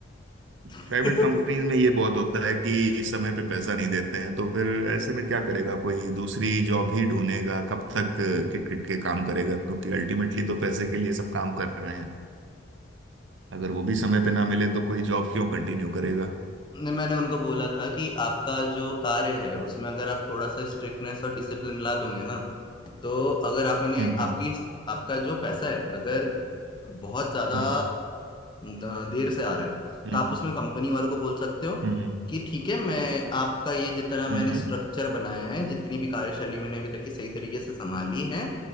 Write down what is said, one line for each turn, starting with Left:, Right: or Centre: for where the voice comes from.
Left: लिया
Right: प्राइवेट कंपनीज में ये बहुत होता है कि समय पे पैसा नहीं देते हैं तो फिर ऐसे में क्या करेगा कोई दूसरी जॉब ही ढूंढेगा कब
Left: <laughs>
Right: तक किट किट के काम करेगा क्योंकि अल्टीमेटली तो पैसे के लिए सब काम कर रहे हैं अगर वो भी समय पे ना मिले तो कोई जॉब क्यों कंटिन्यू करेगा
Left: नहीं मैंने उनको बोला था कि आपका जो कार्य है उसमें अगर आप थोड़ा सा स्ट्रिक्टनेस और डिसिप्लिन ला दोगे ना तो अगर आपने
Right: हम्म
Left: आपकी आपका जो पैसा है अगर बहुत ज्यादा
Right: हम्म
Left: न- देर से आ रहा है
Right: हम्म
Left: तो आप
Right: हम्म
Left: उसमें कंपनी वालों को बोल सकते हो
Right: हम्म
Left: कि ठीक है मैं आपका ये जितना मैंने
Right: हम्म हम्म
Left: स्ट्रक्चर बनाया है जितनी भी कार्यशैली मैंने अभी तक की सही तरीके से संभाली है